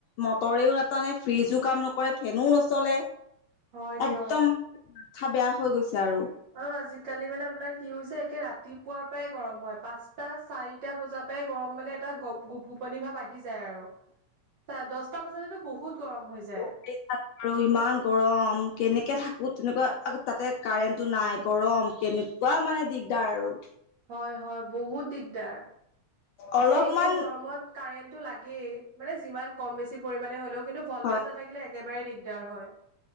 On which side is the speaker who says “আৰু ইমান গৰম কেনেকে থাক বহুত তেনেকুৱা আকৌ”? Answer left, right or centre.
Left